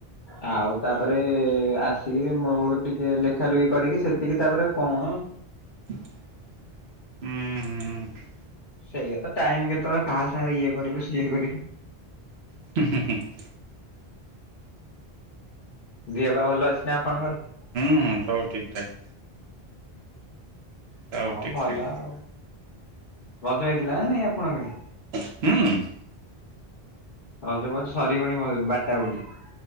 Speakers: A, on the left (about 55°); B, on the right (about 85°).
A: ଆଉ ତାପରେ ଆସିକି ମୋ ଟିକେ ଲେଖା ଲୁଖି କରିକି ସେତିକି ତାପରେ କଣ।
B: ଉୁଁ ହୁଁ।
A: ସେଇଆ ତ ଟାଇମ୍ କେତ <unintelligible> କାହା ସାଙ୍ଗରେ ଇଏ କରିବୁ ସିଏ କରି
B: <unintelligible>
A: ଦିଅ ପା ଭଲ ଅଛି ନା ଆପଣଙ୍କର?
B: ହୁଁ ସବୁ ଠିକ୍ ଠାକ୍। ସବୁ
A: ହଁ
B: ଠିକ୍
A: ଭଲ
B: ଠାକ୍
A: ଆଉ ଅଜ ହେଇଥିଲା ନା ନାଇଁ ଆପଣଙ୍କ ଏଠି?
B: ହୁଁ।
A: ରଜଫଜ ସରିବଣି ବୋ <unintelligible> ବାଟା ବୋ <unintelligible>